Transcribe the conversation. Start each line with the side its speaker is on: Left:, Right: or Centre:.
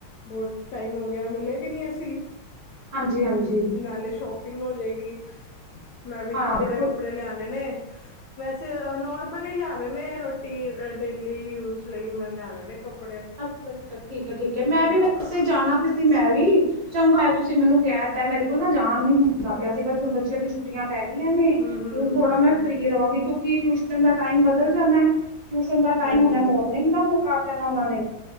Left: ਬਹੁਤ ਟਾਈਮ ਹੋ ਗਿਆ, ਮਿਲੇ ਵੀ ਨੀ ਅਸੀਂ।
Right: ਹਾਂਜੀ-ਹਾਂਜੀ
Left: ਨਾਲੇ ਸ਼ੋਪਿੰਗ ਹੋਜੇਗੀ। ਮੈਂ ਵੀ
Right: ਹਾਂ
Left: ਕੱਪੜੇ,
Right: ਬਿਲਕੁਲ
Left: ਆ ਨੇ ਨ, ਵੈਸੇ ਨੋਰਮਲ ਹੀ ਲਿਆਣੇ ਨੇ ਰੋਟੀਨ ਡੇਲੀ ਯੂਜ ਲਈ ਮੈਂ ਲਿਆਣੇ ਨੇ ਕਪ
Right: ਅੱਛਾ ਅੱਛਾ, ਠੀਕ ਹੈ ਠੀਕ ਹੈ, ਮੈਂ ਵੀ
Left: ਹਾਂ
Right: ਵੈਸੇ ਜਾਣਾ ਵੀ ਸੀ ਮੈਂ <unintelligible> ਚੰਗਾ ਹੋਇਆ, ਤੁਸੀਂ ਮੈਨੂੰ ਕਹਿ ਤੇ, ਮੇਰੇ ਕੋਲ ਨਾ ਨਾ ਨੀ, ਹੁੰਦਾ ਪਿਆ ਸੀ, ਬਸ ਹੁਣ ਬੱਚਿਆਂ ਦੀ ਛੁੱਟੀਆਂ ਪੈ ਗਿਆਂ ਨੇ
Left: ਹਮ ਹਮ
Right: ਹੁਣ ਥੋੜਾ ਮੈਂ
Left: ਹਮ
Right: ਫ੍ਰੀ ਰਹਾਂਗੀ, ਕਿਉਂਕਿ ਟਿ ਨ ਦਾ ਟਾਈਮ ਬਦਲ ਜਾਣਾ ਹੈ। ਟਿਊਸ਼ਨ ਦਾ ਟਾਈਮ
Left: ਹਾਂਜੀ
Right: ਹੋਣਾ ਮੋਰਨਿੰਗ ਦਾ ਮੁ ਉਹਨਾਂ ਨੇ